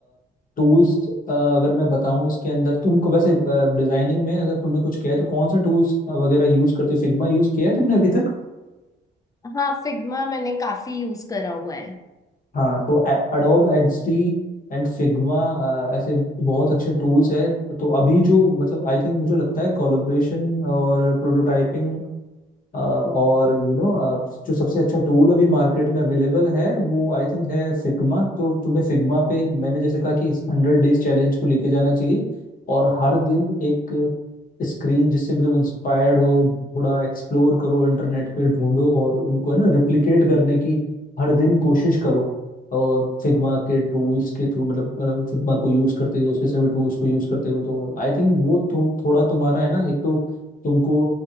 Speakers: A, on the left; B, on the left.
A: टूल्स अगर मैं बताऊं इसके अंदर तुमको वैसे डिजाइनिंग में अगर तुमने कुछ किया है तो कौन सा टूल्स वगैरह यूज करते हो फिग्मा यूज किया है तुमने अभी तक
B: हाँ फिग्मा मैंने काफी यूज करा हुआ है
A: हाँ तो एडोब एक्सडी एंड फिग्मा ऐसे बहुत अच्छे टूल्स हैं तो अभी जो मतलब आई थिंक मुझे लगता है कोलैबोरेशन और प्रोटोटाइपिंग अ, और यू you नो जो सबसे अच्छा टूल अभी मार्केट में अवेलेबल है वो आई थिंक है फिग्मा तो तुम्हें फिग्मा पे मैंने जैसे कहा कि इस हंड्रेड डेज चैलेंज को लेके जाना चाहिए और हर दिन एक स्क्रीन जिससे भी तुम इंस्पायर्ड हो थोड़ा एक्सप्लोर करो इंटरनेट पे ढूंढो और उनको है ना रिप्लिकेट करने की हर दिन कोशिश करो और फिग्मा के टूल्स के थ्रू मतलब फिग्मा को यूज करते हुए उसके सभी टूल्स को यूज करते हुए तो आई थिंक वो थो, थोड़ा तुम्हारा है ना एक तो तुमको